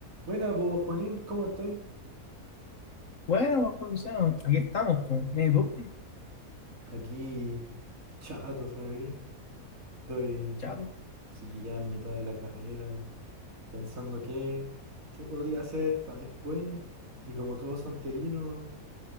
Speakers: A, on the right; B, on the left.
A: Buena, pues Juanín, ¿cómo estoy?
B: Bueno, pues, Luciano, aquí estamos, pues. Mira, ¿y tú?
A: Aquí chato, ¿sabéis? Estoy,
B: Chato.
A: sí, ya en mitad de la carrera, pensando qué, qué podría hacer para después. Y como todo santiaguino,